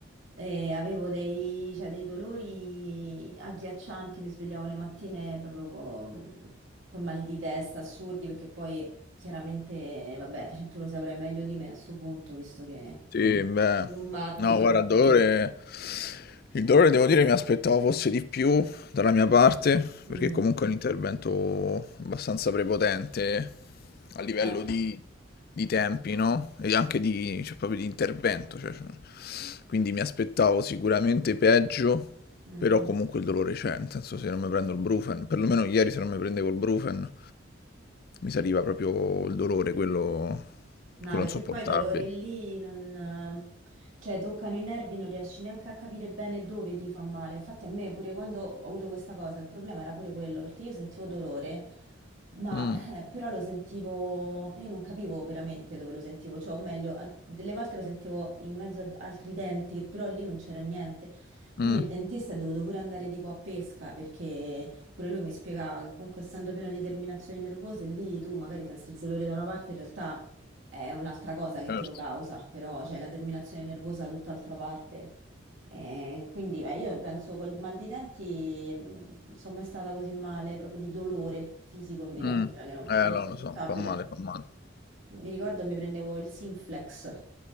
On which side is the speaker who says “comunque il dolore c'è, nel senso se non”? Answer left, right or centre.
Left